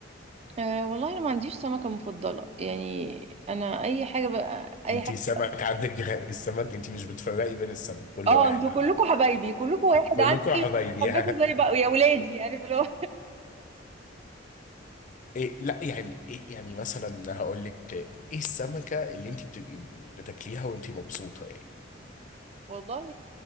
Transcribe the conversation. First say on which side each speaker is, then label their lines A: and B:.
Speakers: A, on the right (about 35°); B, on the left (about 40°).
A: أه والله انا ما عنديش سمكه مفضله يعني انا اي حاجه بقى اي
B: انت
A: حاجه
B: سمك عندك <laughs> غ- السمك انت مش بتفرقي بين السمك كله
A: اه
B: واحد
A: انتوا
B: عندك
A: كلكم حبايبي كلكم واحد
B: كلكم
A: عندي
B: حبايبي
A: بحبكم
B: <laughs>
A: زي بقى يا ولادي عارف اللي هو
B: إيه لا يعني إيه يعني مثلا هقول لك ايه السمكة اللي انت بتبقي بتاكليها وانت مبسوطة يعني
A: والله